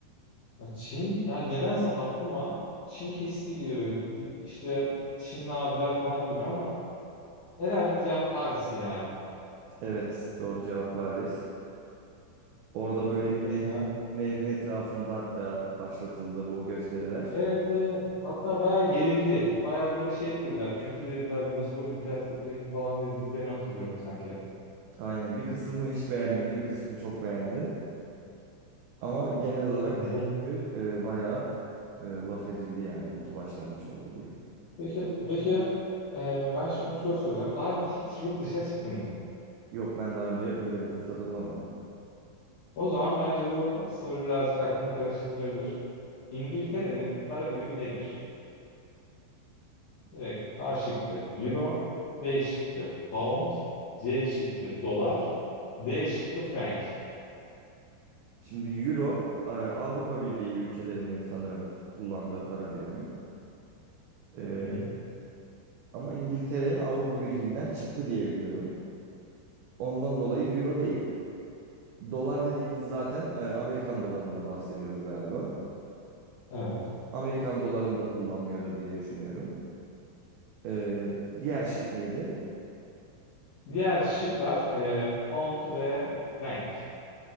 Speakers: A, on the left; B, on the right.
A: ya Çin, ya nedense aklıma Çin kesti geliyor. İşte Çinli abiler falan geliyor ama herhalde cevap Paris ya.
B: Evet, doğru cevap Paris. Orada böyle
A: Bu
B: bir
A: konuda.
B: nehrin nehrin etrafında hatta başlatıldı bu gösteriler.
A: Evet evet. Hatta bayağı yerildi. Bayağı böyle şey dediler. Kötü dediler. Bu nasıl olimpiyat güreşi falan dediklerini hatırlıyorum sanki.
B: Aynen bir kısmı hiç beğenmedi, bir kısmı çok beğendi. Ama genel olarak
A: Evet.
B: dediğim gibi e, bayağı e, laf edildi yani kötü başlangıç oldu diye.
A: Peki, peki e, ben şimdi bir soru soracağım. Daha önce hiç yurt dışına çıktın mı?
B: Yok ben daha önce öyle bir fırsatı bulamadım.
A: O zaman bence bu soru birazcık aklını karıştırabilir. İngiltere'nin para birimi nedir? Direkt A şıkkı Euro, B şıkkı Pound, C şıkkı Dolar, D şıkkı Frank.
B: Şimdi Euro e, Avrupa Birliği ülkelerinin sanırım kullandığı para birimi. E,
A: Hı-hı.
B: ama İngiltere Avrupa Birliği'nden çıktı diye biliyorum. Ondan dolayı Euro değil. Dolar dediğimiz zaten e, Amerikan dolarından bahsediyoruz galiba.
A: Evet.
B: Amerikan dolarını da kullanmıyordur diye düşünüyorum. E, diğer şık neydi?
A: Diğer şıklar e, Pound ve Frank.